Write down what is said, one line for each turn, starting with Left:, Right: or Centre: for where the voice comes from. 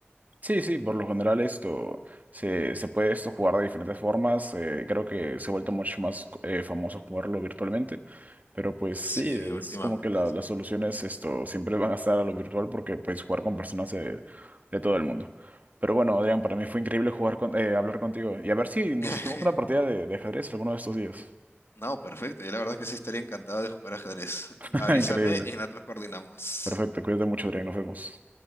Right: Sí, sí, por lo general esto se, se puede esto jugar de diferentes formas. eh, creo que se ha vuelto mucho más eh, famoso jugarlo virtualmente. Pero pues sí,
Left: Sí,
Right: es
Left: últimamente
Right: como que la-
Left: sí.
Right: las soluciones esto siempre van a estar a lo virtual porque puedes jugar con personas de, de todo el mundo. Pero bueno, Adrián, para mí fue increíble jugar con, eh, hablar contigo. Y a ver si nos
Left: <laughs>
Right: echamos una partida de, de ajedrez alguno de estos días.
Left: No, perfecto. Yo la verdad que sí estaría encantado de jugar ajedrez.
Right: <laughs>
Left: Avísame
Right: Increíble.
Left: y nosotros coordinamos.
Right: Perfecto, cuídate mucho, Adrián, nos vemos.